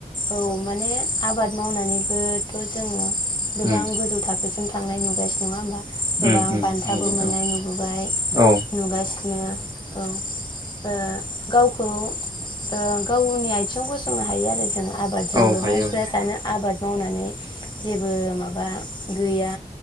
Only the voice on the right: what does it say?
उम
उम उम
नुबाय
औ
औ
औ हायो
औ